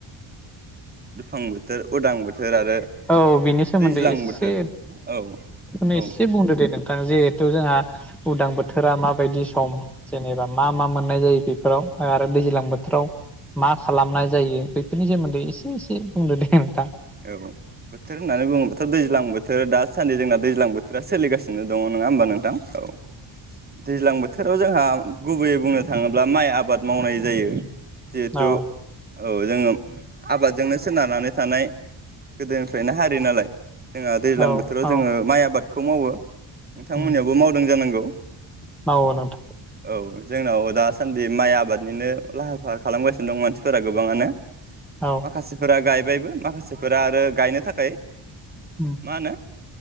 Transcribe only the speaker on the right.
दुफां बोथोर, उदां बोथोर आरो
दैज्लां
बोथोर औ
औ
औ
औ बोथोर होननानै बुङोबाथ' दैज्लां बोथोर दासान्दि जोंना दैज्लां बोथोरा सोलिगासिनो दङ' नङा हबा नोंथां? औ दैज्लां बो थोराव जोंहा गुबैयै बुंनो थाङोब्ला माइ आबाद मावनाय जायो। जिहेथु
औ जोङो आबादजोंनो सोनारनानै थानाय गोदोनिफ्रायनो हारि नालाय जोंहा दैज्लां
बोथोराव
जोङो माइ आबाद खौ मावो नोंथांमोननियावबो
मावदों जानांगौ
औ जोंनाव दासान्दि माइ आबादनिनो लाहार फाहार खालामगासिनो दं मानसिफोरा गोबाङानो
माखासेफोरा गाय बायबो माखासे फोरा आरो गायनो थाखाय
मा होनो